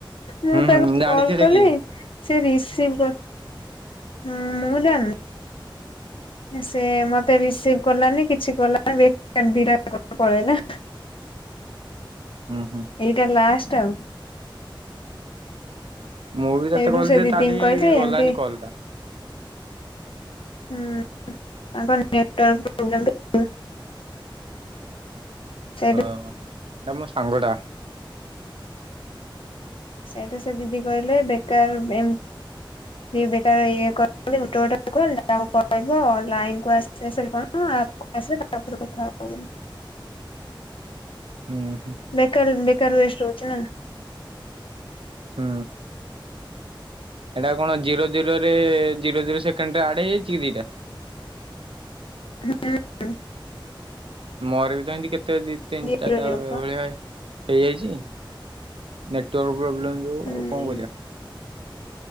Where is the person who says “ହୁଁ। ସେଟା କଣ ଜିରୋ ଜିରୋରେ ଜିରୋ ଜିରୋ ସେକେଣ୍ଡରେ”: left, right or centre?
Right